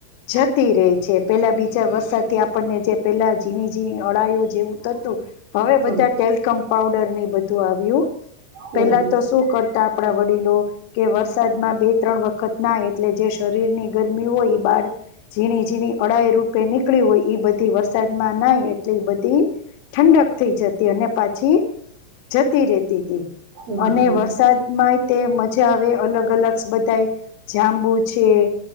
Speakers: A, on the left (about 45°); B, on the right (about 45°).
A: જતી રહી છે પેલા બીજા વરસાદથી આપણને જે પેલા ઝીણી ઝીણી અળાયઓ જેવું થતું હવે
B: હમ હમ
A: બધા ટેલકમ પઉડરની બધું આવ્યું.
B: હમ
A: પેલા તો શું કરતા આપણા વડીલો કે વરસાદમાં બે ત્રણ વખત નાઈ એટલે જે શર ગરમી હોય બહાર ઝીણી ઝીણી અડાાઈ રૂપે નીકળી હોય બધી વરસાદમાં નાઇ એટલી બધી ઠંડક થઈ જતી અને પાછી જતી રેતી હતી.
B: હમ
A: અને
B: હમ
A: વરસાદમાં તે મજા આવે અલગ અલગ બધા એ જાંબુ છે.